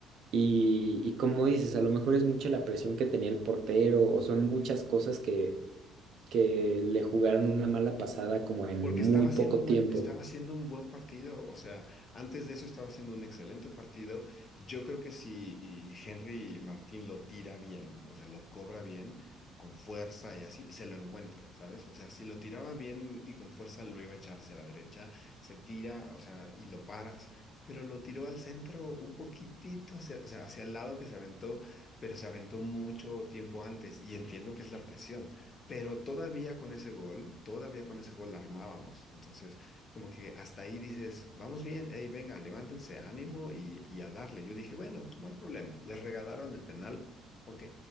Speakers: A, on the right; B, on the left.
A: Y, y como dices, a lo mejor es mucha la presión que tenía el portero o son muchas cosas que, que le jugaron una mala pasada como en
B: Porque
A: muy
B: estaba haciendo
A: poco
B: un
A: tiempo.
B: buen, estaba haciendo un buen partido, o sea, antes de eso estaba haciendo un excelente partido. Yo creo que si y Henry Martín lo tira bien, o sea, lo cobra bien, con fuerza y así, se lo encuentra, ¿sabes? O sea, si lo tiraba bien y con fuerza lo iba a echar hacia la derecha, se tira, o sea, y lo paras. Pero lo tiró al centro un poquitito hacia, o sea, hacia el lado que se aventó, pero se aventó mucho tiempo antes y entiendo que es la presión. Pero todavía con ese gol, todavía con ese gol la armábamos. Entonces, como que hasta ahí dices, vamos bien, hey, venga, levántense, ánimo y, y a darle. Yo dije, bueno, no hay problema. Les regalaron el penal, ok,